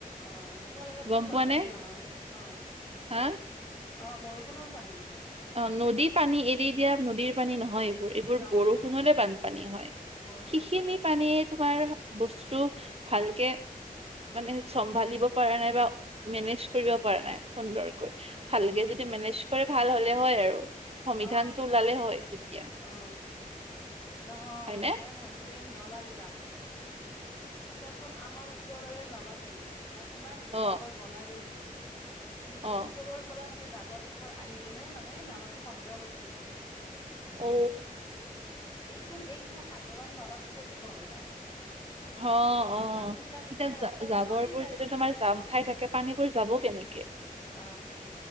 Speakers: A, on the left; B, on the right.
A: অ', তোমালোকৰটোতো
B: গম
A: বানপানী
B: পোৱা নে
A: নহয় অ'।
B: হা
A: অ', বৰষুণৰ পানী।
B: অ', নদীৰ পানী এৰি দিয়া, নদীৰ পানী নহয়। এইবোৰ
A: নহয়
B: বৰষুণৰে
A: নহয় নহয়
B: বানপানী হয়,
A: বৰষুণৰে
B: সেইখিনি
A: পানী
B: পানীত- তোমাৰ বস্তু ভালকে- মানে চম্ভালিব পৰা নাই বা মেনেজ কৰিব পৰা নাই। সুন্দৰকৈ, ভালকে
A: অঁ
B: যদি মেনেজ কৰে ভাল হ'লে হয় আৰু। সংবিধানটো
A: অ অ
B: ওলালে হয় তেতিয়া
A: অ নহয়
B: হয়নে
A: মেইন হৈছে ট্ৰেইন নলাবিলাক চোৱাচোন আমাৰ ওচৰৰে নলাটো ইমান ধুনীয়াকৈ
B: অ
A: বনাই গৈছে কিন্তু
B: অ
A: ওপৰৰ পৰা মানে জাবৰ জোথৰ আহি কিনে মানে নালাটো বন্ধ কৰি দিছে
B: অ
A: এইটো এইটো সাধাৰণ নলাটোতেটো গম পায়
B: অ অ অ
A: পানীবিলাক
B: তেতিয়া
A: এতিয়া ৰাস্তাৰ
B: জাবৰবোৰ
A: ওপৰেদি যায়
B: যেতিয়া তোমাৰ জাম খাই থাকে পানীবোৰ যাব কেনেকে
A: অ